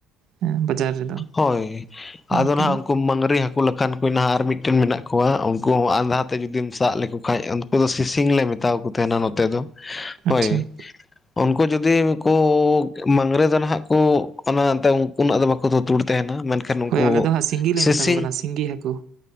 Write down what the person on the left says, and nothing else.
ᱦᱳᱭ
ᱟᱫᱚ ᱱᱟᱜ ᱩᱱᱠᱩ ᱢᱟᱝᱜᱽᱨᱤ ᱦᱟᱹᱠᱩ <unintelligible> ᱞᱮᱠᱷᱟᱱ ᱠᱚ ᱱᱟ ᱟᱨ ᱢᱤᱫᱴᱮᱱ ᱢᱮᱱᱟᱜ - ᱠᱚᱣᱟ ᱩᱱᱠᱩ ᱦᱚᱸ ᱟᱸᱫᱷᱟ ᱛᱮ ᱡᱩᱫᱤᱢ ᱥᱟᱵ ᱞᱮᱠᱚ ᱠᱷᱟᱱ ᱩᱱᱠᱩ ᱫᱚ ᱥᱤᱥᱤᱝ ᱞᱮ ᱢᱮᱛᱟᱣᱟ ᱠᱚ ᱛᱟᱦᱮᱱᱟ ᱱᱚᱛᱮ ᱫᱚ᱾
ᱦᱳᱭ ᱩᱱᱠᱩ ᱡᱩᱫᱤ ᱠᱚ ᱢᱟᱝᱜᱽᱨᱤ ᱫᱟᱱᱦᱟᱜ ᱠᱚ ᱚᱱᱟ ᱮᱱᱛᱮ ᱩᱱᱟᱹᱜ ᱫᱚ ᱵᱟᱠᱚ ᱛᱩᱛᱩᱲ ᱛᱟᱦᱮᱱᱟ ᱢᱮᱱᱠᱷᱟᱱ ᱩᱱᱠᱩ
ᱥᱤᱥᱤᱝ